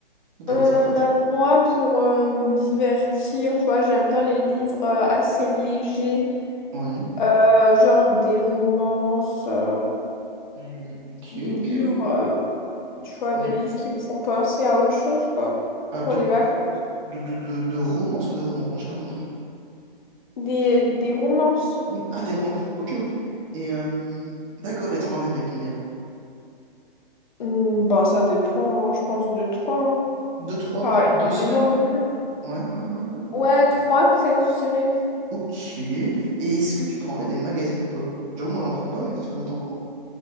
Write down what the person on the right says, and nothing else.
Dans Ta
valise parfaite.
Ouais.
Hmm, ok,
ok,
ouais.
Ouais.
Ah, de-
De, de, de, de romance ou de romans? Bon, j'ai pas compris.
Oui, ah, des romans. Ok, ok. Et euh, d'accord, et t'en ramènerais combien?
Deux, trois
pour deux
semaines, ouais?
Ouais, ouais, ouais, ouais,
ouais.
Ok. Et est-ce que tu prendrais des magazines ou pas? J'avoue, moi, j'en prends pas, mais peut-être que toi, t'en prends.